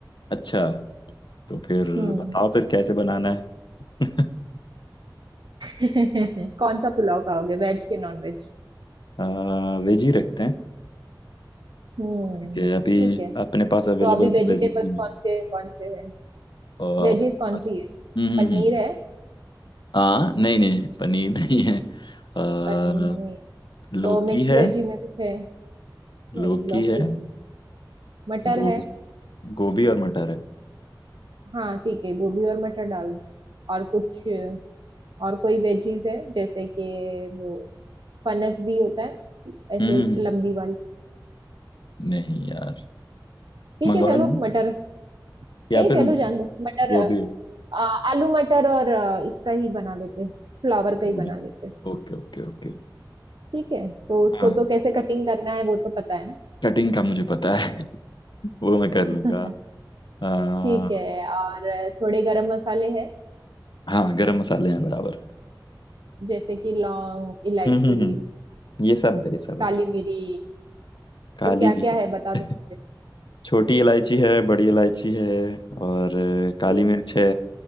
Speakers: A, on the left; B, on the right.
A: अच्छा तो फिर
B: हम्म
A: बताओ फिर कैसे बनाना है <laughs>
B: <laughs> कौन सा पुलाव खाओगे वेज के नॉन वेज
A: आ, वेज ही रखते हैं
B: हम्म
A: कि अभी
B: ठीक है
A: अपने पास अवेलेबल
B: तो अभी
A: तो
B: वेजिटेबल्स
A: वेज ही है
B: कौन से कौन से है
A: और
B: वेजीज
A: अपने
B: कौन
A: पास
B: सी है
A: हम्म
B: पनीर
A: हम्म हम्म।
B: है
A: हाँ नहीं नहीं पनीर नहीं है आ,
B: पनीर है नहीं
A: लौकी
B: तो मिक्स
A: है
B: वेजी में कुछ है नहीं
A: लौकी
B: लौकी
A: है
B: नहीं मटर
A: गोभी
B: है
A: गोभी और मटर है
B: हाँ ठीक है गोभी और मटर डाल दो और कुछ और कोई वेजीज है जैसे कि वो फनस भी होता है ना, ऐसे
A: हम्म हम्म, हम्म।
B: लंबी वाली
A: नहीं यार
B: ठीक
A: मंगवा
B: है चलो
A: लें
B: मटर
A: या
B: नहीं
A: फिर
B: चलो जान दो मटर
A: गोभी
B: आ, आलू मटर और आ, इसका ही बना लेते हैं फ्लावर का ही बना
A: गोभी
B: लेते हैं
A: Okay okay okay
B: ठीक है तो उसको
A: हाँ
B: तो कैसे कटिंग करना है वो तो पता है ना
A: कटिंग का मुझे पता है <laughs> वो मैं कर
B: <laughs>
A: लूंगा आ,
B: ठीक है और थोड़े गरम मसाले हैं
A: हाँ गरम मसाले हैं बराबर
B: जैसे कि लौंग इलायची
A: हम्म हम्म हम्म, ये सब है ये सब है
B: काली मिरी
A: काली
B: तो क्या
A: भी
B: क्या है बता दो
A: है <laughs>
B: मुझे
A: छोटी इलायची है बड़ी इलायची है और अ, काली
B: ठीक
A: मिर्च
B: है
A: है